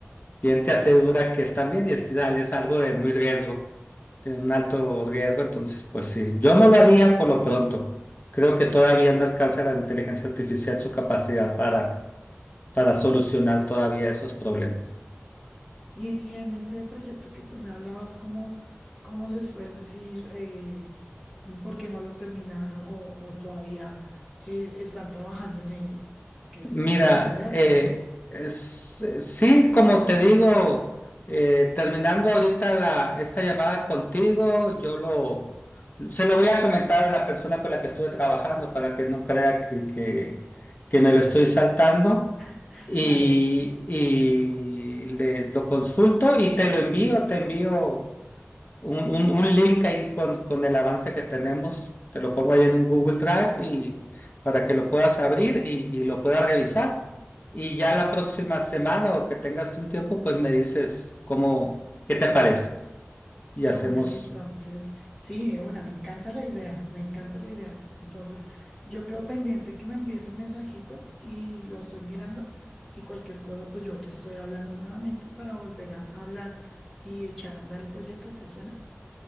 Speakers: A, on the left (about 40°); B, in the centre.
A: ¿Quién te asegura que están bien? Y es, es algo de muy riesgo, de un alto riesgo. Entonces, pues sí, yo no lo haría por lo pronto. Creo que todavía no alcanza la inteligencia artificial su capacidad para, para solucionar todavía esos problemas.
B: Y, y en ese proyecto que tú me hablabas, ¿cómo, cómo les fue? decir, eh, ¿por qué no lo terminaron o, o todavía eh, están trabajando en ello? Porque estaría
A: Mira,
B: chévere verlo.
A: eh, es- eh, sí, como te digo, eh, terminando ahorita la, esta llamada contigo, yo lo, se lo voy a comentar a la persona con la que estuve trabajando para que no crea que, que, que me lo estoy saltando
B: <laughs>
A: y,
B: Claro,
A: y le, lo consulto y te lo envío, te envío un, un- un link ahí con, con el avance que tenemos. Te lo pongo ahí en un Google Drive y para que lo puedas abrir y, y lo puedas revisar. Y ya la próxima semana o que tengas un tiempo, pues me dices cómo, qué te parece. Y
B: de
A: hacemos.
B: una. Entonces, sí, de una. Me encanta la idea, me encanta la idea. Entonces, yo quedo pendiente que me envíes el mensajito y lo estoy mirando y cualquier cosa, pues yo te estoy hablando nuevamente para volver a hablar y echar a andar el proyecto. ¿Te suena?